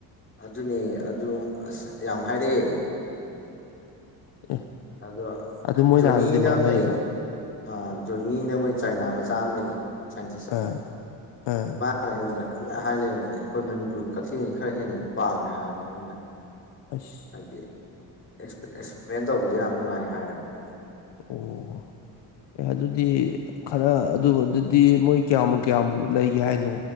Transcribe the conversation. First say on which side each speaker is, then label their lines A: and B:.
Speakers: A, on the left (about 30°); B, on the left (about 70°).
A: ꯑꯗꯨꯅꯦ ꯑꯗꯨ ꯑꯁ ꯌꯥꯝ ꯍꯥꯏꯔꯛꯑꯦ
B: ꯑꯦ
A: ꯑꯗꯣ
B: ꯑꯗꯨ ꯃꯣꯏꯅ
A: ꯖꯣꯅꯤꯅ
B: ꯑꯥꯗ ꯗꯤꯃꯥꯟ
A: ꯑꯃ
B: ꯂꯩꯔꯤꯔꯣ
A: ꯂꯩꯌꯦ ꯑꯥ ꯖꯣꯅꯤꯅ ꯃꯣꯏ ꯆꯥꯏꯅꯥ ꯃꯆꯥ ꯑꯃ ꯂꯩꯌꯦ ꯁꯥꯏꯟꯇꯤꯁ ꯑꯃ
B: ꯑꯥ ꯑꯥ
A: ꯃꯥꯅ ꯑꯩꯉꯣꯟꯗ ꯀꯟꯅ ꯍꯥꯏ ꯂꯩꯔꯕꯅꯦ ꯑꯩꯈꯣꯏ ꯃꯅꯤꯄꯨꯔꯒꯤ ꯀꯛꯆꯦꯡ ꯈꯔ ꯍꯦꯟꯅꯗꯤ ꯄꯥꯝꯃꯦ ꯍꯥꯏꯌꯦꯕ ꯃꯣꯏꯅ
B: ꯑꯁ
A: ꯍꯥꯏꯗꯤ ꯑꯦꯛꯁꯄꯔꯤ ꯑꯦꯛꯁꯄꯔꯤꯃꯦꯟ ꯇꯧꯕꯗ ꯌꯥꯝ ꯅꯨꯡꯉꯥꯏ ꯍꯥꯏꯌꯦꯕ
B: ꯑꯣ ꯑꯦ ꯑꯗꯨꯗꯤ ꯈꯔ ꯑꯗꯨ ꯑꯗꯨꯗꯤ ꯃꯣꯏ ꯀꯌꯥꯃꯨꯛ ꯀꯌꯥꯃꯨꯛ ꯂꯩꯒꯦ ꯍꯥꯏꯅꯣ